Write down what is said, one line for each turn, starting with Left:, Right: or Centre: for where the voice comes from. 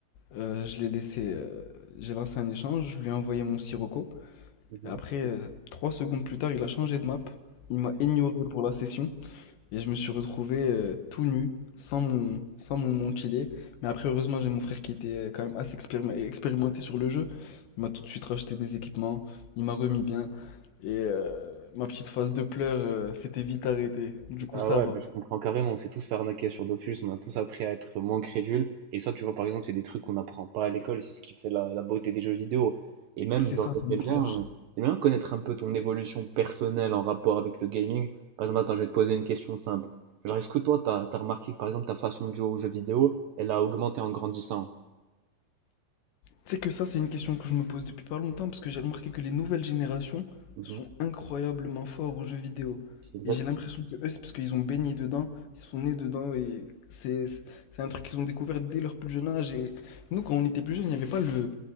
Left: euh, je l'ai laissé. euh, J'ai lancé un échange, je lui ai envoyé mon Sirocco.
Right: mhm.
Left: Et après, euh, trois secondes plus tard, il a changé de map. Il m'a ignoré pour la session. Et je me suis retrouvé euh, tout nu, sans mon, sans mon mantillet. Mais après, heureusement, j'ai mon frère qui était euh, quand même assez expérime- expérimenté sur le jeu. Il m'a tout de suite racheté des équipements, il m'a remis bien. Et euh, ma petite phase de pleurs euh, s'était vite arrêtée. Du coup,
Right: Bah
Left: ça
Right: ouais,
Left: va.
Right: bah je comprends carrément. On s'est tous fait arnaquer sur Dofus, on a tous appris à être moins crédules. Et ça, tu vois, par exemple, c'est des trucs qu'on n'apprend pas à l'école, c'est ce qui fait la, la beauté des jeux vidéo. Et même,
Left: C'est
Right: genre,
Left: ça, ça me
Right: j'aimerais
Left: forge.
Right: bien, j'aimerais bien connaître un peu ton évolution personnelle en rapport avec le gaming. Par exemple, attends, je vais te poser une question simple. Genre, est-ce que toi, t'as, t'as remarqué que, par exemple, ta façon de jouer aux jeux vidéo, elle a augmenté en grandissant?
Left: Tu sais que ça, c'est une question que je me pose depuis pas longtemps parce que j'ai remarqué que les nouvelles générations
Right: Mhm.
Left: sont incroyablement forts aux jeux vidéo.
Right: Exactement.
Left: Et j'ai l'impression que eux, c'est parce qu'ils ont baigné dedans, ils sont nés dedans et c'est c'est c'est un truc qu'ils ont découvert dès leur plus jeune âge. Et nous, quand on était plus jeunes, il n'y avait pas le,